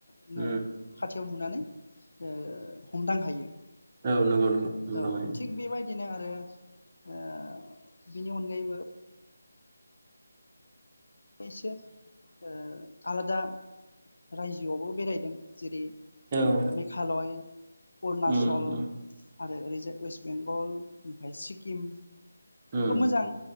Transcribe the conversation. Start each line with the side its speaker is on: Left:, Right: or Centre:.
Left: <unintelligible>
Right: ओं
Left: खाथियाव नुनानै ओ। हमदां हायो।
Right: औ नंगौ नोंगौ हमदां
Left: औ
Right: हायो।
Left: <unintelligible> आरो ओ बिनि अनगायैबो एसे ओ आलादा रायजोआवबो बेरायदों जेरै ओ
Right: औ
Left: मेघालय, अरुनाचल
Right: उम उम
Left: आरो ओरैजाय वेस्ट बेंगल ओमफ्राय सिकिम
Right: उम
Left: खोब मोजां